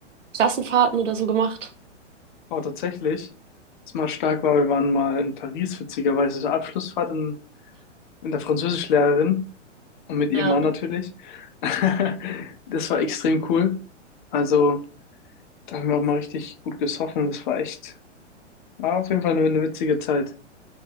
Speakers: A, on the right; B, on the left.
A: Klassenfahrten oder so gemacht?
B: Oh, tatsächlich. Was mal stark war, wir waren mal in Paris, witzigerweise zur Abschlussfahrt in, mit der Französischlehrerin und mit ihrem
A: Ja,
B: Mann natürlich. <laughs> Das war extrem cool. Also, da haben wir auch mal richtig gut gesoffen. Das war echt, war auf jeden Fall eine, eine witzige Zeit.